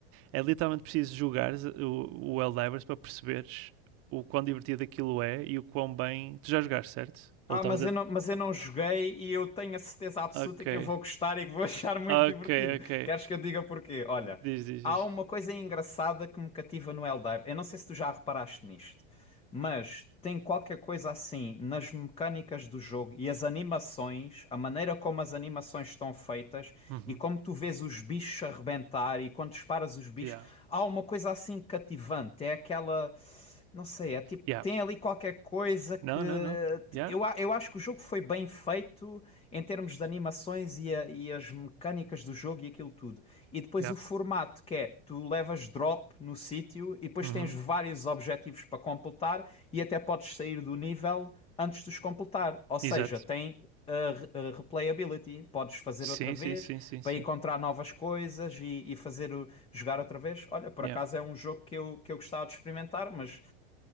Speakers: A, on the right; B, on the left.
A: é literalmente preciso jogar o, o Helldivers para perceberes o quão divertido aquilo é e o quão bem. Tu já jogaste, certo? Ou
B: Ah,
A: estavas
B: mas
A: a.
B: eu não, mas eu não joguei e eu tenho a certeza absoluta
A: Ok,
B: que eu vou gostar e que vou <laughs> achar muito
A: ok,
B: divertido.
A: ok.
B: Queres que eu diga porquê? Olha,
A: Diz, diz,
B: há
A: diz.
B: uma coisa engraçada que me cativa no Eldive. Eu não sei se tu já reparaste nisto, mas tem qualquer coisa assim nas mecânicas do jogo e as animações, a maneira como as animações estão feitas
A: Uhum.
B: e como tu vês os bichos arrebentar e quando disparas os bichos,
A: Yeah.
B: há uma coisa assim cativante. É aquela. Não sei, é tipo,
A: Yeah.
B: tem ali qualquer coisa que.
A: Não, não, não. Yeah.
B: Eu, a- eu acho que o jogo foi bem feito em termos de animações e, a- e as mecânicas do jogo e aquilo tudo. E depois
A: Yeah.
B: o formato, que é tu levas drop no sítio e depois
A: Uhum.
B: tens vários objetivos para completar e até podes sair do nível antes de os completar. Ou seja,
A: Exato.
B: tem a re- a replayability. Podes fazer
A: Sim,
B: outra vez
A: sim, sim, sim, sim.
B: para encontrar novas coisas e, e fazer o- jogar outra vez. Olha, por
A: Yeah.
B: acaso é um jogo que eu, que eu gostava de experimentar, mas